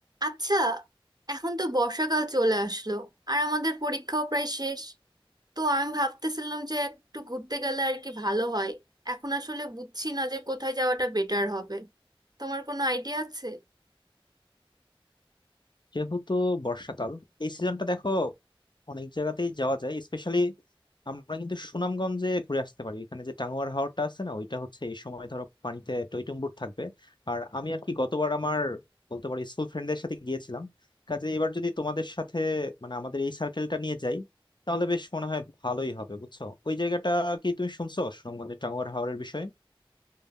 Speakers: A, on the right; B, on the left.
A: আচ্ছা এখন তো বর্ষাকাল চলে আসলো আর আমাদের পরীক্ষাও প্রায় শেষ তো আমি ভাবতেছিলাম যে একটু ঘুরতে গেলে আর কি ভালো হয় এখন আসলে বুঝছি না যে কোথায় যাওয়াটা বেটার হবে তোমার কোনো আইডিয়া আছে
B: যেহেতু বর্ষাকাল এই সিজনটা দেখো অনেক জায়গাতেই যাওয়া যায় স্পেশালি আমরা কিন্তু সুনামগঞ্জে ঘুরে আসতে পারি এখানে যে টাঙ্গুয়ার হাওরটা আছে না ওইটা হচ্ছে এই সময় ধরো পানিতে টইটুম্বুর থাকবে আর আমি আর কি গতবার আমার বলতে পারি স্কুল ফ্রেন্ডদের সাথে গিয়েছিলাম কাজে এবার যদি তোমাদের সাথে মানে আমাদের এই সার্কেলটা নিয়ে যাই তাহলে বেশ মনে হয় ভালোই হবে বুঝছো ওই জায়গাটা কি তুমি শুনছো সুনামগঞ্জের টাঙ্গুয়ার হাওরের বিষয়ে